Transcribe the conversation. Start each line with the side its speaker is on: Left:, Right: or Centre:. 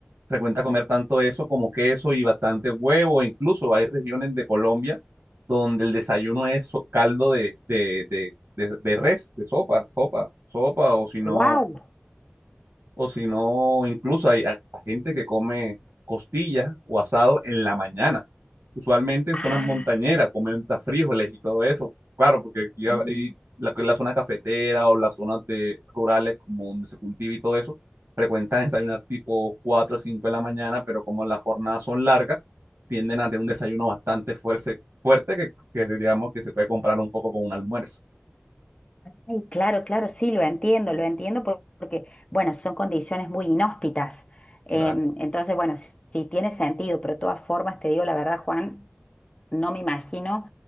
Right: frecuenta comer tanto eso como queso y bastante huevo. Incluso hay regiones de Colombia donde el desayuno es so- caldo de, de, de, de, de res, de sopa, sopa, sopa o si no
Left: ¡Wow!
Right: o si no, incluso hay hasta gente que come costillas o asado en la mañana. Usualmente en
Left: Ah,
Right: zonas montañeras comen hasta frijoles y todo eso. Claro, porque aquí hay
Left: mm.
Right: la, la zona cafetera o las zonas de, rurales como donde se cultiva y todo eso, frecuentan desayunar tipo 4 o 5 de la mañana, pero como las jornadas son largas, tienden a tener un desayuno bastante fuerte, fuerte que, que digamos que se puede comprar un poco con un almuerzo.
Left: Ay, claro, claro, sí, lo entiendo, lo entiendo por- porque, bueno, son condiciones muy inhóspitas. Em,
Right: Claro.
Left: entonces, bueno, sí, sí tiene sentido, pero de todas formas, te digo la verdad, Juan, no me imagino